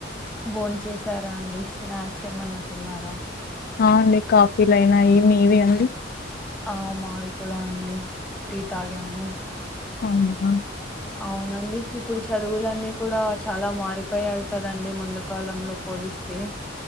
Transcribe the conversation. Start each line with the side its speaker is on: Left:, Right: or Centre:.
Centre: బోన్ చేసారా అండి స్నాక్స్ ఏమన్నా తిన్నార
Left: ఆ అండి కాఫీలైైనయి మీవే అండి
Centre: ఆ మావి కూడా అండి టీ తాగాము
Left: అవునా
Centre: అవునండి ఇప్పుడు చదువులన్నీ కూడా చాలా మారిపోయాయి కదండి. ముందు కాలంలో పోలీస్ స్తే